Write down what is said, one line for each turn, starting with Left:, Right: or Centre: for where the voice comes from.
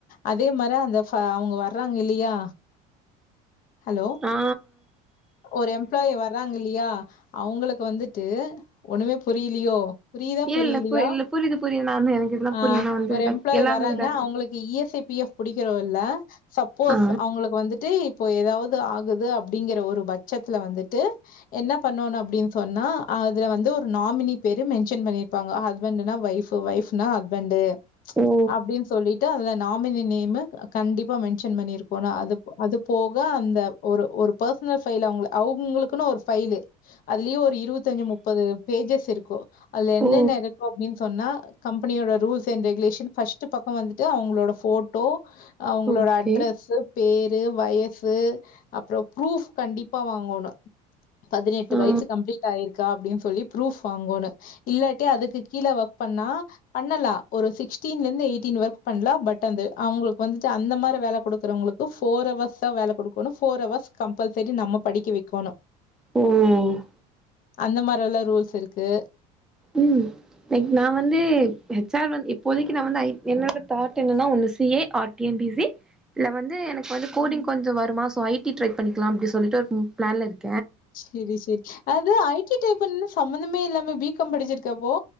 Left: அதே மார அந்த அவங்க வர்றாங்க இல்லியா ஹலோ
Centre: ஆ
Left: ஒரு எம்ப்ளாயி வராங்க இல்லியா அவங்களுக்கு வந்துட்டு ஒண்ணுமே புரிலியோ புரியிதா
Centre: ஏ
Left: புரியிலியா
Centre: இல்ல பு இல்ல புரியுது புரியுது நா வந்து எனக்கு இதெல்லா
Left: ஆ
Centre: புரியு நா வந்து
Left: ஒரு
Centre: லைக்
Left: எம்ப்ளாயி
Centre: எல்லாமே
Left: வராங்க
Centre: இதா
Left: அவங்களுக்கு E S I P F புடிக்கறோ இல்ல சப்போஸ்
Centre: ஆ
Left: அவங்களுக்கு வந்துட்டு இப்போ ஏதாவது ஆகுது அப்டிங்கற ஒரு பட்சத்துல வந்துட்டு என்ன பண்ணோணு அப்டின் சொன்னா அதுல வந்து ஒரு நாமினி பேரு மென்ஷன் பண்ணிருப்பாங்க ஹஸ்பண்ட்டுனா வைப் சோ வைஃப்னா ஹஸ்பண்ட்டு
Centre: ஓ
Left: அப்டின் சொல்லிட்டு அதுல நாமினி நேமு கண்டிப்பா மென் சன் பண்ணிருக்கோனு அது அது போக அந்த ஒரு ஒரு பர்சனல் ஃபைல் அவ்ங்க அவ்ங்களுக்குனு ஒரு ஃபைலு அதலியூ ஒர் இருவத்தி அஞ்சி முப்பது பேஜஸ் இருக்கு அதுல என்னென்ன
Centre: ஓ
Left: இருக்கு அப்டின் சொன்ன கம்பெனியோட ரூல்ஸ் அண்ட் ரெகுலேஷன் ஃபஸ்ட்டு பக்கம் வந்துட்டு அவங்களோட போட்டோ அவங்களோட
Centre: ஓகே
Left: அட் ஸு பேரு வயசு அப்புறோ ஃப்ரூப் கண்டிப்பா வாங்கணு பதினெட்டு
Centre: ஆ
Left: வயசு கம்ப்ளீட் ஆயிருக்கா அப்டின்னு சொல்லி ப்ரூஃப் வாங்கோனு இல்லாட்டி அதுக்கு கீழ ஒர்க் பண்ணா பண்ணலா ஒரு சிக்ஸ்டீன்ல இருந்து எயிட்டீன் வர்க் பண்ணலா பட் அந்த அவுங்களுக்கு வந்துட்டு அந்த மார வேல குடுக்கறவங்களுக்கு ஃபோர் ஹவர்ஸ் தா வேல குடுக்கணு ஃபோர் ஹவர்ஸ் கம்பல்சரி நம்ம படிக்கவெக்கோனு
Centre: ம்
Left: அந்த மாரெல்லா ரூல்ஸ் இருக்கு
Centre: ம் லைக் நா வந்து ஹெச் ஆர் வந் இப்போதைக்கு நா வந்து ஐ என்னோட தாட் என்னன்னா ஒன்னு C A R T M B C இல்ல வந்து எனக்கு வந்து கோடிங் கொஞ்சோ வருமா சோ ஐ டி ட்ரை பண்ணிக்கலா அப்டி சொல்லிட்டு ம் பிளான்ல இருக்
Left: செரி செரி அது ஐ டி டைப்பன்னு சம்மந்தமே இல்லாமே பி காம் படிச்சிருக்க அபபோ